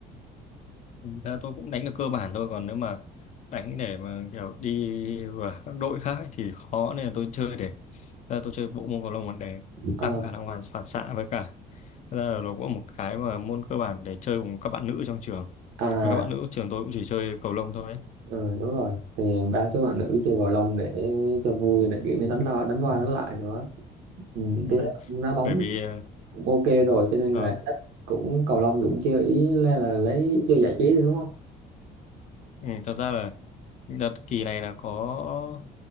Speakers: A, on the left (about 45°); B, on the right (about 85°).
A: Ừ, thế là tôi cũng đánh được cơ bản thôi còn nếu mà đánh để mà kiểu đi vào các đội khác ấy thì khó nên là tôi chơi để thế là tôi chơi bộ môn cầu lông là để
B: Ờ,
A: tăng khả năng hoàn phản xạ với cả thế là nó cũng là một cái mà môn cơ bản để chơi cùng các bạn nữ trong trường
B: à
A: Và các bạn nữ trường tôi cũng chỉ chơi cầu lông thôi ấy.
B: ừ, đúng rồi thì đa số bạn nữ chơi cầu lông để cho vui để kiểu như đánh lao đánh qua đánh lại nữa ừ,
A: Ừ.
B: tôi thấy ông đá bóng
A: bởi vì
B: cũng ok rồi cho nên
A: ờ,
B: là chắc cũng cầu lông cũng chơi ý là, là lấy chơi giải trí thôi đúng không
A: ừ, thật ra là Đợt kỳ này là có